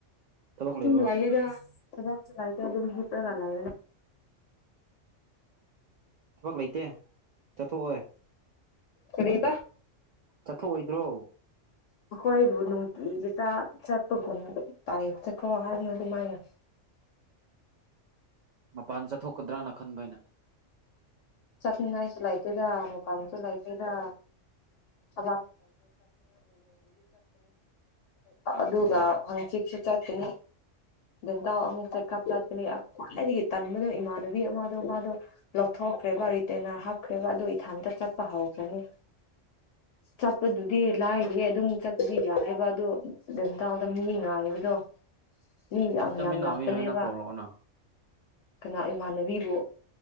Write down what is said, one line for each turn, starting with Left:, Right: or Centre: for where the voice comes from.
Right: ꯊꯕꯛ
Left: ꯑꯗꯨꯝ
Right: ꯂꯩꯕ꯭ꯔꯣ
Left: ꯂꯩꯌꯦꯗ ꯊꯕꯛ ꯁꯨꯃꯥꯏꯅ ꯑꯗꯨꯝ ꯍꯤꯞꯔꯒ ꯂꯥꯛꯌꯦꯅ
Right: ꯊꯕꯛ ꯂꯩꯇꯦ ꯆꯠꯊꯣꯛꯑꯣꯏ
Left: ꯀꯩꯔꯤꯕ
Right: ꯆꯠꯊꯣꯛꯑꯣꯏꯗ꯭ꯔꯣ
Left: ꯑꯩꯈꯣꯏꯕꯨ ꯅꯨꯡꯇꯤꯒꯤ ꯇꯥ ꯆꯠꯄꯒꯨꯝ ꯇꯥꯏꯑꯦ ꯆꯠꯈ꯭ꯔꯣ ꯍꯥꯏꯅ ꯑꯗꯨꯃꯥꯏꯅ
Right: ꯃꯄꯥꯟ ꯆꯠꯊꯣꯛꯀꯗ꯭ꯔꯥꯅ ꯈꯟꯕ ꯑꯩꯅ
Left: ꯆꯠꯅꯤꯡꯉꯥꯏꯁꯨ ꯂꯩꯇꯦꯗ ꯃꯐꯝꯁꯨ ꯂꯩꯗꯦꯗ <unintelligible> ꯑꯗꯨꯒ
Right: ꯎꯝ
Left: ꯍꯪꯆꯤꯠꯁꯨ ꯆꯠꯀꯅꯤ ꯗꯦꯟꯇꯥꯎ ꯑꯃꯨꯛꯇ ꯀꯥꯞꯂꯠꯄꯅꯤ ꯈ꯭ꯋꯥꯏꯗꯒꯤ ꯇꯟꯕꯗꯣ ꯏꯃꯥꯟꯅꯕꯤ ꯑꯃꯗꯣ ꯃꯥꯗꯣ ꯂꯧꯊꯣꯛꯈ꯭ꯔꯦꯕ ꯔꯤꯇꯦꯅꯔ ꯍꯥꯞꯈ꯭ꯔꯦꯕ ꯑꯗꯨ ꯏꯊꯟꯇ ꯆꯠꯄ ꯍꯧꯈ꯭ꯔꯅꯤ ꯆꯠꯄꯗꯨꯗꯤ ꯂꯥꯏꯔꯤꯌꯦ ꯑꯗꯨꯝ ꯆꯠꯄꯗꯤ ꯌꯥꯏꯌꯦꯕ ꯑꯗꯨ <unintelligible> ꯃꯤ ꯉꯥꯏꯕꯗꯣ ꯃꯤ ꯌꯥꯝ
Right: ꯆꯠꯃꯤꯟꯅꯕ
Left: ꯌꯥꯝ ꯂꯥꯛꯄꯅꯦꯕ
Right: ꯌꯥꯏ ꯅꯪ ꯀꯧꯔꯛꯑꯣꯅ
Left: ꯀꯅꯥ ꯏꯃꯥꯟꯅꯕꯤꯕꯨ